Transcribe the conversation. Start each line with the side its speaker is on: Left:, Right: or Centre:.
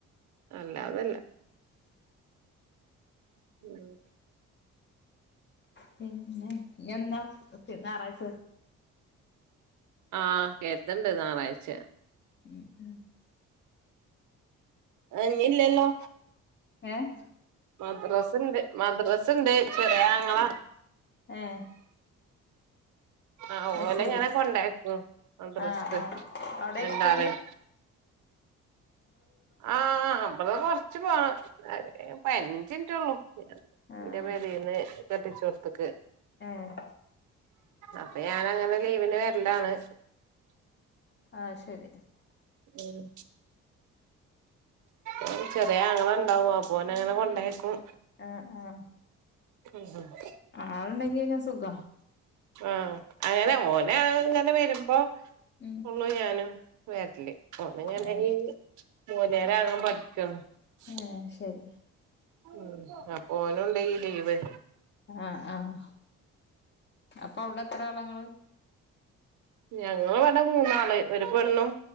Right: അല്ല അതല്ല മ്മ്
Left: പിന്നെ ഇഞ്ഞെന്നാ ഞായറാഴ്ച
Right: ആഹ് കേത്തിണ്ട് ഞായറാഴ്ച
Left: മ്മ് മ്മ്
Right: അയിനിഞ്ഞില്ലല്ലോ
Left: ഏഹ്
Right: മദ്രസ ണ്ട് മദ്രസ ഇണ്ട് ചെറിയ ആങ്ങള
Left: ഏഹ്
Right: ആഹ്
Left: അത്
Right: ഓലെങ്ങനെ
Left: ശരി
Right: കൊണ്ടാക്കും മദ്രസക്ക്
Left: ആഹ് ആഹ് അവിടെ
Right: രണ്ടാളേം
Left: തന്നെ
Right: ആഹ് അമ്മള് കൊറച്ച് പോണം പതിനഞ്ച് മിനിറ്റേ ഉള്ളൂ ഞാൻ
Left: ആഹ്
Right: എന്റെ പേരെന്ന് കെട്ടിച്ചോട്ത്ത്ക്ക്
Left: ഏഹ്
Right: അപ്പൊ ഞാൻ അങ്ങനെ ലീവിന് വരലാണ്
Left: ആഹ് ശരി
Right: മ്മ് ആ ചെറിയ ആങ്ങള ഉണ്ടാവും അപ്പോ ഓൻ അങ്ങനെ കൊണ്ടായിക്കും
Left: ആഹ് ആഹ്
Right: മ്മ് മ്മ്
Left: ആളുണ്ടെങ്കി കയിഞ്ഞാ സുഖ
Right: ആഹ് അങ്ങനെ ഓനെ അങ്ങനെ വരുമ്പോ
Left: ഉം
Right: ഉള്ളു ഞാനും വരല് ഓനങ്ങനെ
Left: ഏഹ്
Right: മൊയ്ലാര്യാകാൻ പഠിക്കുവാണ് <unintelligible>
Left: ഏഹ് ശരി
Right: മ്മ് അപ്പോ ഓനും ഇണ്ടേ ഈ ലീവ്
Left: ആഹ് ആഹ് അപ്പൊ അവിടെ എത്ര ആളാ ഇങ്ങള്
Right: ഞങ്ങള് വേടെ മൂന്നാള് ഒരു പെണ്ണും